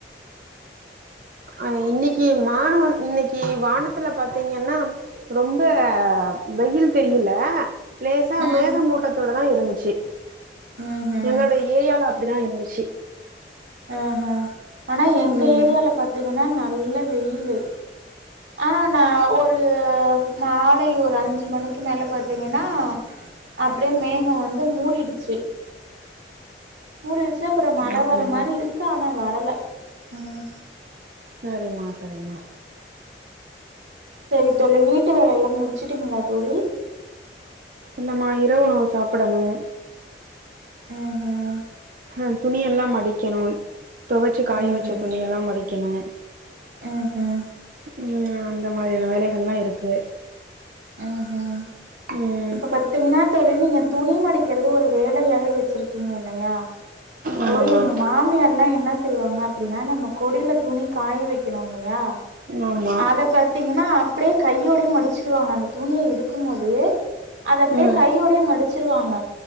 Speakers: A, on the right; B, on the right.
A: அஹ் இன்னிக்கி மானவ இன்னைக்கு வானத்துல பாத்தீங்கன்னா ரொம்ப வெயில் தெரில லேசா
B: ம்
A: மேகமூட்டத்தோடதா இருந்துச்சி
B: ம் ம்
A: எங்களோட ஏரியால அப்படிதான் இருந்துச்சி
B: ஆஹ் ஹம் ஆனா எங்க
A: ம்
B: ஏரியால பாத்தீங் கன்னா நல்ல வெயிலு ஆனா ந ஒரு மாலை ஒரு அஞ்சு மணிக்கு மேல பாத்தீங்கன்னா அப்படியே மேகோ வந்து மூடிடுச்சு முடிடுச்சு ப்புறோ மழ
A: அப்டியாமா
B: வர மாரி இருக்கு ஆனா வ வரல உம்
A: சரிம்மா சரிம்மா
B: சரி தோழி வீட்டு வேலைய எல்லா முடிச்சுட்டீங்களா தோழி
A: இல்லம்மா இரவுணவு சாப்பிடணு
B: ஹம் ஹம்
A: ஹ துணி எல்லா மடிக்கணுன் தொவச்சு காய
B: ம்
A: வெச்ச
B: ம்
A: துணி எல்லா மடிக்கணு
B: ம்ஹும்
A: ஹம் அந்த மாரியான வேலைகள்லா இருக்கு
B: ம்ஹும்
A: ம்
B: இப்ப பத்தீங்ன்னா தெ ழி நீங்க துணி மடிக்கிறது ஒரு வேலையாவே வெச்சுருக்கீங்க இல்லையா இப்போ
A: ஆமாம்மா
B: எங்க மாமியார்ல்லா என்ன செய்வாங்க அப்படின்னா நம்ம கொடில துணி காய வெக்கிறோ இல்லையா
A: ஆமா
B: அத பத்தீங்கன்னா அப்டியே கையோடயே மடிச்சிருவாங்க அந்த துணிய எடுக்கும்மோதே அதப்படியே
A: ம்
B: கையோடயே மடிச்சு ச்சுருவாங்க